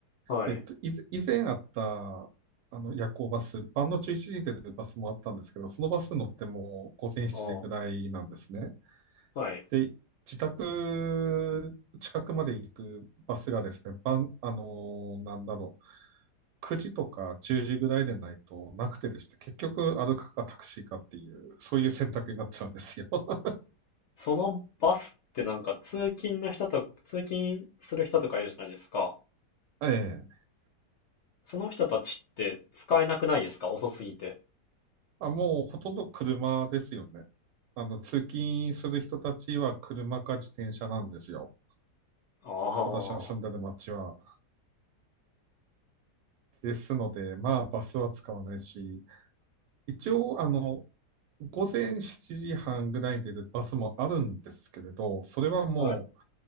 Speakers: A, on the left (about 65°); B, on the right (about 85°).
A: はい。
B: えっと、いず以前あった、あの、夜行バス、晩の11時に出てるバスもあったんですけど、そのバス乗っても午前7時ぐらいなんですね。
A: ああ、はい。
B: で、自宅近くまで行くバスがですね、晩、あのーなんだろう、9時とか10時ぐらいでないとなくてですね、結局歩くかタクシーかっていう、そういう選択になっちゃうんですよ。<laughs>
A: そのバスってなんか通勤の人と、通勤する人とかいるじゃないですか。
B: ええ
A: その人たちって使えなくないですか遅すぎて。
B: あ、もうほとんど車ですよね。あの、通勤する人たちは車か自転車なんですよ。
A: ああ、
B: 私の住んでる街は。ですので、まあ、バスは使わないし、一応、あの、午前7時半ぐらいで出るバスもあるんですけれど、それはもう
A: はい。